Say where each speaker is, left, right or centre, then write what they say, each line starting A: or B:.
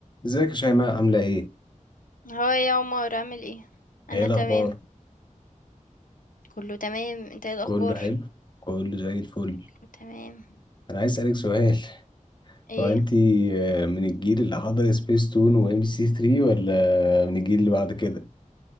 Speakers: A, on the left; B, on the left.
A: ازيك يا شيماء عاملة ايه؟
B: هو إيه يا عمر عامل ايه انا
A: ايه الأخبار؟
B: تمام كله تمام انت ايه الاخبار
A: كله حلو؟ كله زي الفل
B: كله تمام
A: أنا عايز أسألك سؤال
B: ايه
A: هو أنتي آه، من الجيل اللي حضر سبيس تون وام بي سي 3 ولا من الجيل اللي بعد كده؟